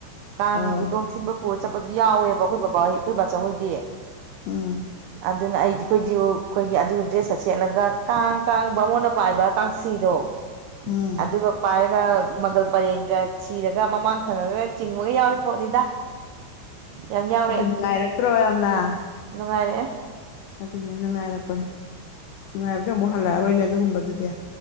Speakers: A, on the right; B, on the left.
A: ꯀꯥꯡꯒꯤ
B: ꯑꯧ
A: ꯗꯣꯟ ꯊꯤꯟꯕ ꯄꯨꯔ ꯆꯠꯄꯗꯨ ꯌꯥꯎꯋꯦꯕ ꯈꯣꯏ ꯕꯕꯥꯍꯣꯏ ꯈꯣꯏ ꯕꯥꯆꯧꯍꯣꯏꯗꯤ
B: ꯎꯝ
A: ꯑꯗꯨꯅ ꯑꯩꯗꯤ ꯑꯈꯣꯏꯖꯨ ꯈꯣꯏꯒꯤ ꯑꯗꯨꯏ ꯗ꯭ꯔꯦꯁꯀ ꯁꯦꯠꯂꯒ ꯀꯥꯡ ꯀꯥꯡ ꯕꯃꯣꯟꯅ ꯄꯥꯏꯕ ꯀꯥꯡꯁꯤꯗꯣ
B: ꯎꯝ
A: ꯑꯗꯨꯒ ꯄꯥꯏꯔꯒ ꯃꯪꯒꯜ ꯄꯔꯦꯡꯒ ꯁꯤꯔꯒ ꯃꯃꯥꯡ ꯊꯪꯉꯒ ꯆꯤꯡꯕꯒ ꯌꯥꯎꯔꯤ ꯄꯣꯠꯅꯤꯗ ꯌꯥꯝ ꯌꯥꯎꯔꯛꯑꯦ
B: ꯑꯗꯨ ꯅꯨꯡꯉꯥꯏꯔꯛꯇ꯭ꯔꯣ ꯌꯥꯝꯅ
A: ꯅꯨꯡꯉꯥꯏꯔꯛꯑꯦ
B: ꯑꯗꯨꯅꯤ ꯅꯨꯡꯉꯥꯏꯔꯛꯄꯅꯤ ꯅꯨꯡꯉꯥꯏꯕꯗꯣ ꯑꯃꯨꯛ ꯍꯜꯂꯛꯑꯔꯣꯏꯅꯦ ꯑꯗꯨꯒꯨꯝꯕꯗꯨꯗꯤ